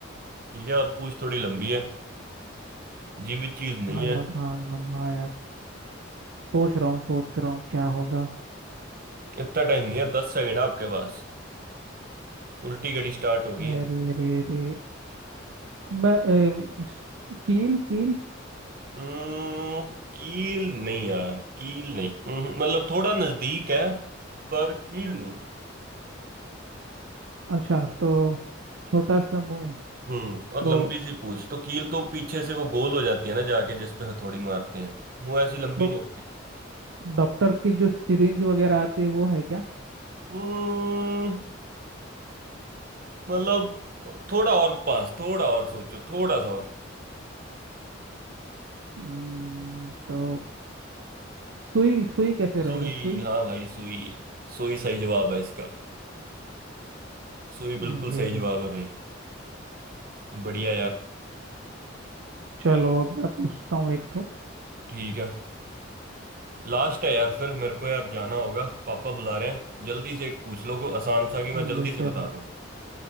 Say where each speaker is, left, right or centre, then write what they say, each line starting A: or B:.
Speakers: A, on the right; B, on the right.
A: ठीक है और पूंछ थोड़ी लंबी है जीवित चीज नहीं
B: हाँ
A: है
B: यार हाँ हाँ हाँ यार सोच रहा हूँ सोच रहा हूँ क्या होगा
A: इतना टाइम नहीं है दस सेकंड आपके पास उल्टी घड़ी स्टार्ट होगी
B: अरे अरे अरे मैं अम, इस- कील कील
A: अम्म, कील नहीं यार कील नहीं अम्म, मतलब थोड़ा नजदीक है पर कील नहीं
B: अच्छा तो छोटा सा मुंह
A: हम्म और
B: तो
A: लंबी सी पूछ तो कील तो पीछे से वो गोल हो जाती है ना जाके जिस पे हथौड़ी मारते हैं वो ऐसी लंबी
B: तो
A: नहीं होती
B: डॉक्टर की जो सिरिंज वगैरह आती है वो है क्या
A: अम्म, मतलब थोड़ा और पास थोड़ा और सोचो थोड़ा सा और
B: हम्म, तो सुई सुई कैसे
A: सुई
B: रहेगा सुई
A: हाँ भाई सुई सुई सही जवाब है इसका सुई
B: अरे
A: बिल्कुल सही
B: अरे।
A: जवाब है भाई बढ़िया यार
B: चलो अब मैं पूछता हूँ एक ठो
A: ठीक है लास्ट है यार फिर मेरे को यार जाना होगा पापा बुला रहे हैं जल्दी से एक पूछ लो को आसान सा कि मैं
B: बिल्कुल
A: जल्दी से बता दूं